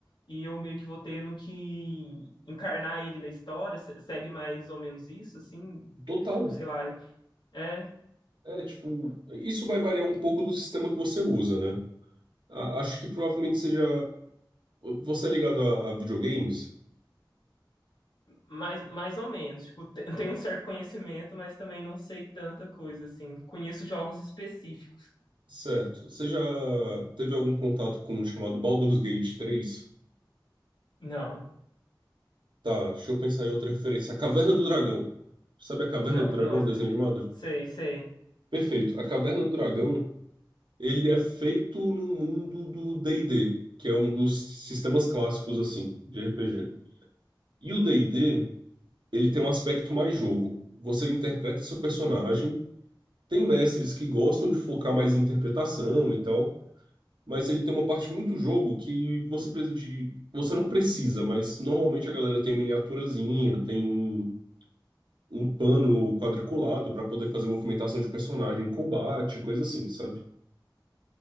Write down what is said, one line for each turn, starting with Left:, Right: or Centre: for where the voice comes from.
Left: e eu meio que vou tendo que encarnar ele na história, se- segue mais ou menos isso assim,
Right: Total.
Left: é, tipo, sei lá, é
Right: É tipo, isso vai variar um pouco do sistema que você usa, né? A- acho que provavelmente seja. Você é ligado a, a videogames?
Left: mais, mais ou menos, tipo, te- <laughs> tenho um certo conhecimento, mas também não sei tanta coisa assim. Conheço jogos específicos.
Right: Certo. Você já teve algum contato com o chamado Baldur's Gate 3?
Left: Não.
Right: Tá, deixa eu pensar em outra referência. A Caverna do Dragão. Sabe a Caverna
Left: Não,
Right: do Dragão,
Left: não,
Right: desenho animado?
Left: sei, sei.
Right: Perfeito. A Caverna do Dragão. Ele é feito no mundo do D&D, que é um dos sistemas clássicos assim de RPG. E o D&D, ele tem um aspecto mais jogo. Você interpreta seu personagem. Tem mestres que gostam de focar mais em interpretação e tal, mas ele tem uma parte muito jogo que você precisa de, você não precisa, mas normalmente a galera tem miniaturazinha, tem um um pano quadriculado para poder fazer movimentação de personagem, em combate, coisa assim, sabe?